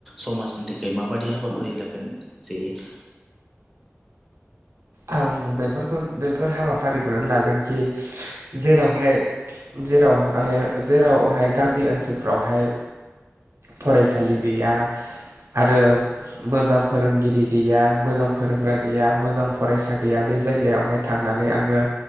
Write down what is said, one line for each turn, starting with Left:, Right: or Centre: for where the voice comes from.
Centre: समाजनि थाखाय माबायदि हाबाफारि लागोन जोंङो
Right: आं बेफोरखौ बेफोर हाबाफारिखौनो लागोनखि जेरावहाय जेरावहाय जेरावहाय गामि ओनसोलफोरावहाय फरायसालि गैया आरो मोजां फोरोंगिरि गैया मोजां फोरोंग्रा गैया मोजां फरायसा गैया बे जायगायावहाय थांनानै आंङो